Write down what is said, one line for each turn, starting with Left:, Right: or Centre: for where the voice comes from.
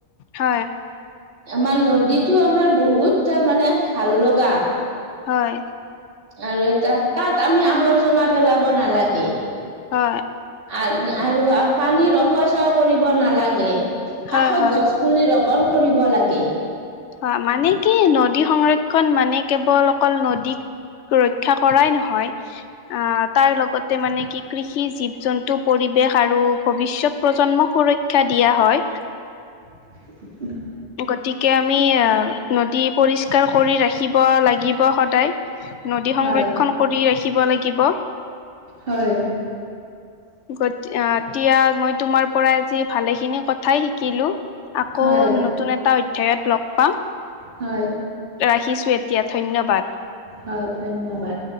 Left: হয়।
Right: আমাৰ নদীটো আমাৰ, বহুত তাৰমানে ভাল লগা।
Left: হয়।
Right: আৰু এটা, তাত আমি আৱৰ্জনা পেলাব নালাগে। আ,
Left: হয়,
Right: আৰু আমাৰ পানীৰ অপচয় কৰিব নালাগে,
Left: হয়,
Right: কাষত
Left: হয়,
Right: গছ পুলি ৰ পন কৰিব লাগে।
Left: হয়, মানে কি, নদী সংৰক্ষণ মানে কেৱল অকল নদী সুৰক্ষা কৰাই নহয়। আ, তাৰ লগতে মানে কি কৃষি জীৱ জন্তু পৰিৱেশ আৰু ভৱিষ্যত প্ৰজন্মক সুৰক্ষা দিয়া হয়।
Right: <inaudible>
Left: গতিকে আমি আ, নদী পৰিষ্কাৰ কৰি ৰাখিব লাগিব সদায়। নদী সংৰক্ষণ
Right: হয়,
Left: কৰি ৰাখিব লাগিব।
Right: হয়,
Left: গ আ এতিয়া মই তোমাৰ পৰাই আজি ভালেখিনি কথাই শিকিলো। আকৌ
Right: হয়,
Left: নতুন এটা অধ্যায়ত লগ পাম।
Right: হয়।
Left: ৰাখিছো এতিয়া, ধন্যবাদ।
Right: হয়, ধন্যবাদ।